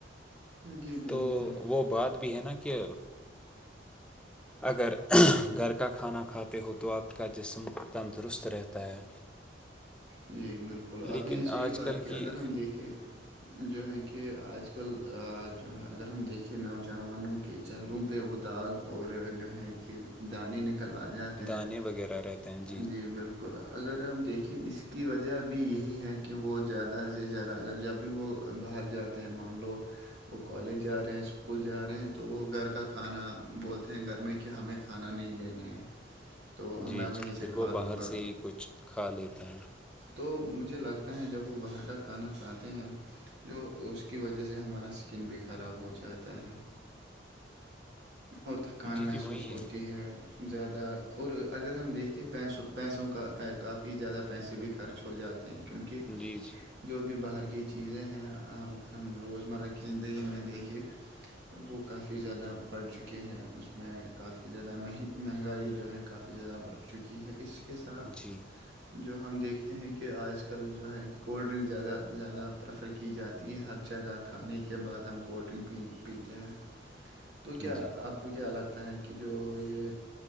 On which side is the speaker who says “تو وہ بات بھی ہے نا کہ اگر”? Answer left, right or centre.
Centre